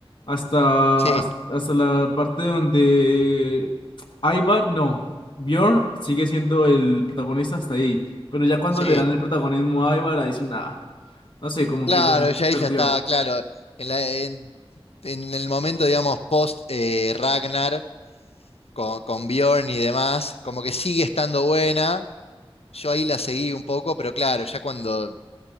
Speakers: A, on the left; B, on the left.
A: hasta,
B: Sí,
A: hasta, hasta la parte donde Ivar, no, Bjorn sigue siendo el protagonista hasta ahí, pero ya cuando
B: sí.
A: le dan el protagonismo a Ivar, ahí sí nada, no sé, como
B: Claro,
A: que ya
B: ya ahí
A: perdió.
B: ya está, claro. En la- en, en el momento, digamos, post eh, Ragnar con, con Bjorn y demás, como que sigue estando buena. Yo ahí la seguí un poco, pero claro, ya cuando